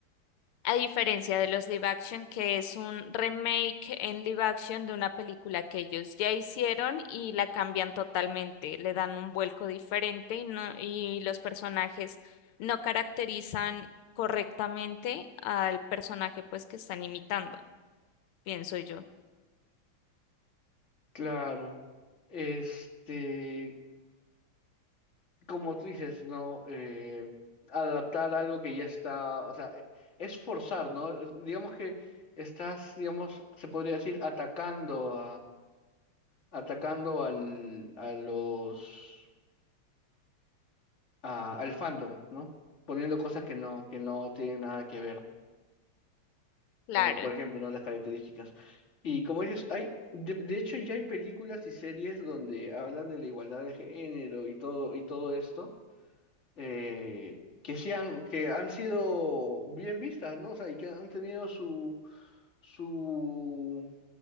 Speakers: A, on the left; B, on the left.
A: A diferencia de los live action, que es un remake en live action de una película que ellos ya hicieron y la cambian totalmente, le dan un vuelco diferente y no, y los personajes no caracterizan correctamente al personaje pues que están imitando, pienso yo.
B: Claro. Este, como tú dices, ¿no? Eh, adaptar algo que ya está, o sea, e- es forzar, ¿no? Es- digamos que estás, digamos, se podría decir, atacando atacando al, a los, a- al fandom, ¿no? Poniendo cosas que no, que no tienen nada que ver,
A: Claro,
B: como por ejemplo, ¿no? Las características. Y como dices, hay, de, de hecho ya hay películas y series donde hablan de la igualdad de género y todo, y todo esto, eh, que sí han, que han sido bien vistas, ¿no? O sea, y que han tenido su, su,